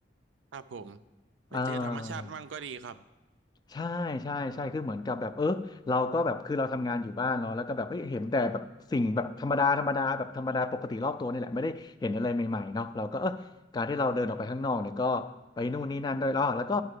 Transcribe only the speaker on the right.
ครับผมไปเจอธรรมชาติมั่งก็ดีครับ